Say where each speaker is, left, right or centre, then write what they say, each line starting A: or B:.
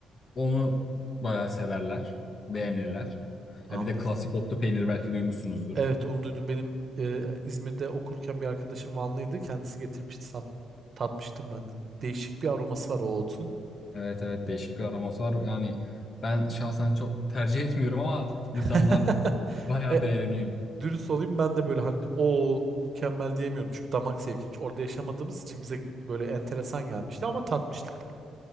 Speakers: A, on the left (about 40°); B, on the right (about 45°).
A: onu bayağı severler, beğenirler.
B: Anladım.
A: Ya bir de klasik otlu peynir belki duymuşsunuzdur.
B: Evet onu duydum. Benim e, İzmir'de okurken bir arkadaşım Vanlıydı. Kendisi getirmişti. Sat, tatmıştım ben de. Değişik bir aroması var o otun.
A: Evet evet değişik bir aroması var. Yani ben şahsen çok tercih etmiyorum ama
B: <laughs>
A: insanlar bayağı
B: E,
A: beğeniyor.
B: dürüst olayım ben de böyle hani o mükemmel diyemiyorum. Çünkü damak zevki. Çünkü Orada yaşamadığımız için bize böyle enteresan gelmişti ama tatmıştık.